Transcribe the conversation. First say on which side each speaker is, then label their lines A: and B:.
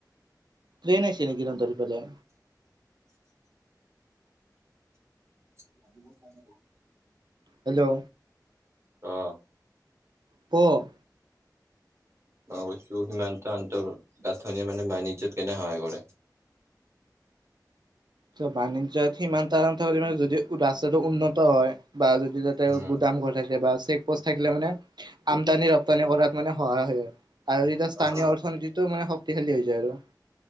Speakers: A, on the right (about 80°); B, on the right (about 40°).
A: ট্ৰেইন আইছে নেকি তহঁতৰ ইফালে?
B: <unintelligible>
A: হেল্ল'
B: অ
A: ক
B: বস্তু সিমান্ত আন্তঃগাঁথনিয়ে মানে বাণিজ্যত কেনে সহায় কৰে?
A: ত বাণিজ্যত সিমান্ত <unintelligible> যদি ৰাস্তাটো উন্নত হয়। বা যদি তাতে
B: উম,
A: গুদাম ঘৰ থাকে বা চেক প'ষ্ট থাকিলে মানে আমদানি ৰপ্তানি কৰাত মানে সহায় হয় আৰু। আৰু এতিয়া স্থানীয়
B: অ',
A: অৰ্থনীতিটো মানে শক্তিশালী হৈ যায় আৰু।